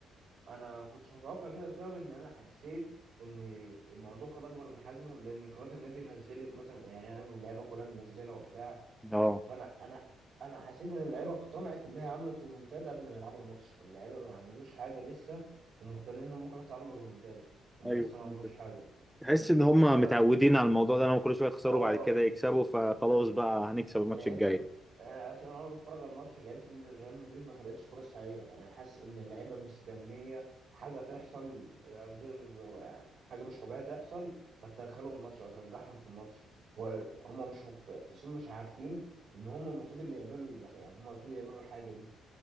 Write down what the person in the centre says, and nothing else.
اه
ايوه
فهمتك
تحس ان هم
متعودين على الموضوع ده ان هم كل شويه يخسروا
بعد كده يكسبوا فخلاص
بقى هنكسب الماتش
الجاي